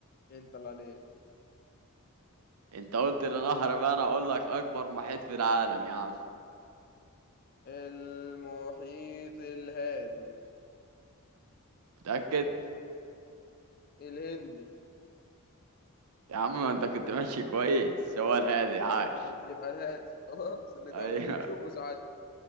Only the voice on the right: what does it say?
أنت قلت لي نهر بقى أنا أقول لك أكبر محيط في العالم يا عم
متأكد
يا عم ما انت كنت ماشي كويس هو الهادي
عاش
ايوه